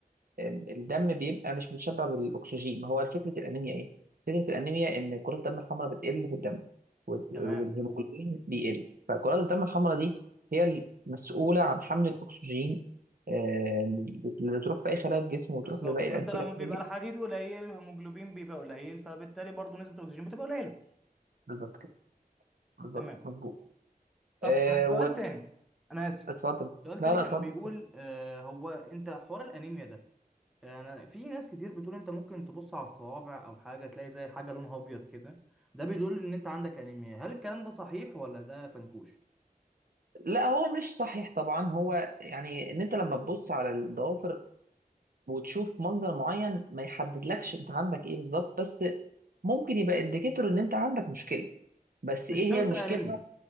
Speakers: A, on the right; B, in the centre.
A: آه، الدم بيبقى مش متشبع بالأكسجين ما هو فكرة الأنيميا إيه؟ فكرة الأنيميا إن كرات الدم الحمراء بتقل في الدم وال-
B: تمام
A: والهيموجلوبين بيقل فكرات الدم الحمراء دي هي المسؤولة عن حمل الأكسجين آه، اللي تروح في أي خلايا الجسم وتروح
B: بالظبط
A: لباقي
B: فأنت
A: الأنسجة
B: لما
A: بتاعت
B: بيبقى
A: الجسم
B: الحديد قليل الهيموجلوبين بيبقى قليل فبالتالي برضه نسبة الأكسجين بتبقى قليلة
A: بالظبط كده بالظبط
B: تمام
A: مظبوط
B: طب
A: ااا
B: سؤال تاني أنا آسف
A: وأتفضل
B: سؤال
A: لا
B: تاني
A: لا
B: كان
A: أتفضل
B: بيقول آه هو أنت حوار الأنيميا ده آه، أنا في ناس كتير بتقول أنت ممكن تبص على الصوابع أو حاجة تلاقي زي حاجة لونها أبيض كده ده بيدل إن أنت عندك أنيميا هل الكلام ده صحيح ولا ده فنكوش؟
A: لا هو مش صحيح طبعا هو يعني ان أنت لما ببص على الدوافر وتشوف منظر معين ما يحدد لكش أنت عندك إيه بالضبط بس ممكن يبقى إنديكتور إن أنت عندك مشكلة بس
B: مش
A: إيه هي
B: شرط
A: المشكلة
B: أنيميا
A: بقى؟